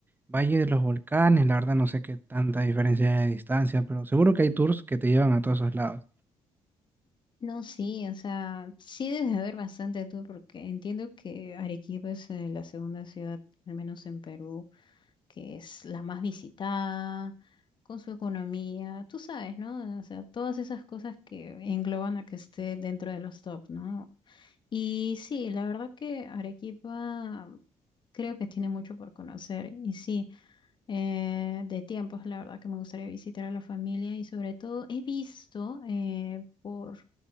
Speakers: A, on the right (about 20°); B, on the left (about 45°).
A: Valle de los Volcanes, la verdad no sé qué tanta diferencia hay de distancia, pero seguro que hay tours que te llevan a todos esos lados.
B: No, sí, o sea, sí debes de ver bastante tú, porque entiendo que Arequipa es eh, la segunda ciudad, al menos en Perú, que es la más visitada, con su economía, tú sabes, ¿no? O sea, todas esas cosas que engloban a que esté dentro de los top, ¿no? Y sí, la verdad que Arequipa mm, creo que tiene mucho por conocer. Y sí, eh, de tiempos, la verdad que me gustaría visitar a la familia y sobre todo he visto eh, por,